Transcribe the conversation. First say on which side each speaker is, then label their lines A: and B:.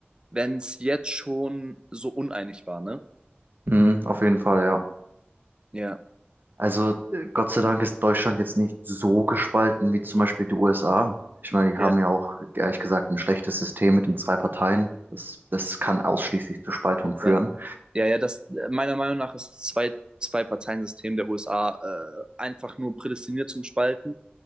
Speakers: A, on the right; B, on the right.
A: wenn es jetzt schon so uneinig war, ne?
B: Mhm, auf jeden Fall, ja.
A: Ja,
B: Also äh, Gott sei Dank ist Deutschland jetzt nicht so gespalten wie zum Beispiel die USA. Ich meine, die
A: ja,
B: haben ja auch ehrlich gesagt ein schlechtes System mit den zwei Parteien. Das, das kann ausschließlich zur Spaltung führen.
A: ja. Ja, ja, das äh, meiner Meinung nach ist das zwei, zwei Parteiensystem der USA äh, einfach nur prädestiniert zum Spalten.